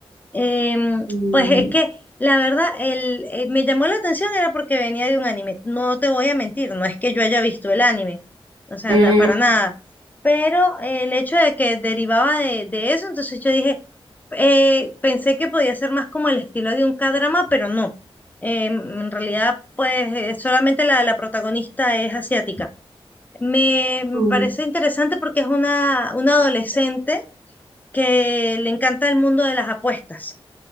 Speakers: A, on the left (about 15°); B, on the right (about 65°).
A: Em,
B: Mm,
A: pues es que la verdad, el, eh, me llamó la atención era porque venía de un anime. No te voy a mentir, no es que yo haya visto el anime, o sea,
B: mm,
A: na- para nada. Pero eh, el hecho de que derivaba de, de eso, entonces yo dije, eh, pensé que podía ser más como el estilo de un K-drama, pero no. Em, en realidad, pues eh, solamente la, la protagonista es asiática. Me me
B: mm.
A: parece interesante porque es una, una adolescente que le encanta el mundo de las apuestas.